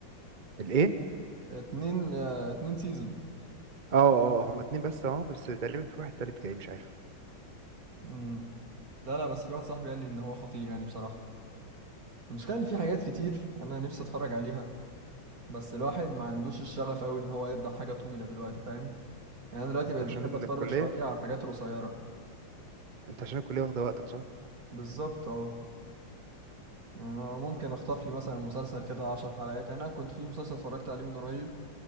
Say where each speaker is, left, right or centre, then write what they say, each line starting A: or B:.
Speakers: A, on the right; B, on the right.
A: الايه
B: اتنين آه، اتنين سيزون
A: اه اه هما اتنين بس اه بس تقريبا في واحد تالت جاي مش عارف
B: امم لا لا بس في واحد صاحبي قال لي ان هو خطير يعني بصراحه المشكله ان في حاجات كتير انا نفسي اتفرج عليها بس الواحد ما عندوش الشغف قوي ان هو يبدا حاجه طويله دلوقتي فاهم يعني انا دلوقتي
A: انت
B: بقيت
A: عشان
B: بحب اتفرج
A: الكلية
B: شويه على الحاجات القصيره
A: انت عشان الكلية واخدة وقتك صح؟
B: بالظبط اه يعني أنا ممكن أخطف لي مثلا مسلسل كده عشر حلقات يعني أنا كنت في مسلسل اتفرجت عليه من قريب